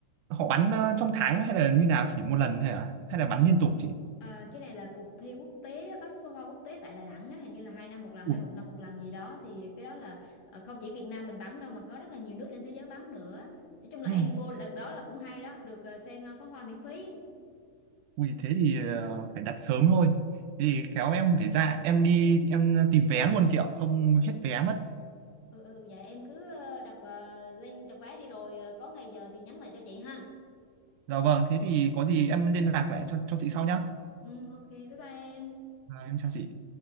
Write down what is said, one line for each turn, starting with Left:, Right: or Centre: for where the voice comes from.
Right: họ bắn ờ, trong tháng hay là như nào chỉ một lần hay là hay là bắn liên tục chị
Left: Ờ, cái này là cuộc thi quốc tế bắn pháo hoa quốc tế tại Đà Nẵng á, hình như là hai năm một lần
Right: Ủa,
Left: hay một năm một lần gì đó thì cái đó là ờ, không chỉ Việt Nam mình bắn đâu mà có rất là nhiều nước trên thế giới bắn nữa. Nói chung là
Right: ừ.
Left: em vô đợt đó là cũng hay đó, được ờ, xem ờ, pháo hoa miễn phí.
Right: Ui, thế thì ờ, phải đặt sớm thôi thế thì khéo em phải ra em đi em tìm vé luôn chị ạ không hết vé mất
Left: Ừ ừ vậy em cứ ờ, đặt ờ, link đặt vé đi rồi ờ, có ngày giờ thì nhắn lại cho chị ha.
Right: dạ vâng thế thì có gì em liên lạc lại cho cho chị sau nhá
Left: Ừ ok bye bye em.
Right: à, em chào chị